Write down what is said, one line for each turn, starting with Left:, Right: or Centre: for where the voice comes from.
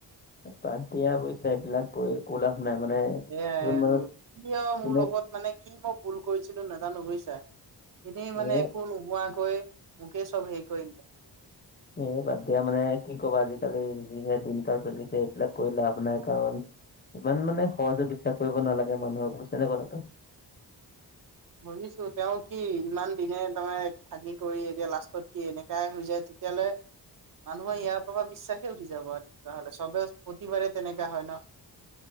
Left: বাদ দিয়া বুইচা এইবিলাক কৈ একো লাভ নাই মানে।
Right: এয়াই
Left: যোন
Right: আৰু
Left: মানুহ
Right: কি আৰু
Left: যোনে
Right: মোৰ লগত মানে কি মই ভুল কৰিছিলো নাজানো বুজিছা, এনেই মানে
Left: এ
Right: একো নোহোৱাকৈ মোকে চব হেৰি কৰিলে।
Left: এই বাদ দিয়া মানে কি ক'বা আজিকালি যিহে দিনকাল চলিছে সেইবিলাক কৈ লাভ নাই কাৰণ, ইমান মানে সহজে বিশ্বাস কৰিব নালাগে মানুহক বুজছে নে কথাটো।
Right: বুজিছো তেওঁ কি ইমান দিনে তাৰমানে থাকি কৰি এতিয়া লাষ্টত কি এনেকাই হৈ যায়, কেলে। মানুহে ইয়াৰ পৰা বিশ্বাসে উঠি যাব আৰু তেতিয়াহ'লে চবে প্ৰতিবাৰে তেনেকা হয় ন।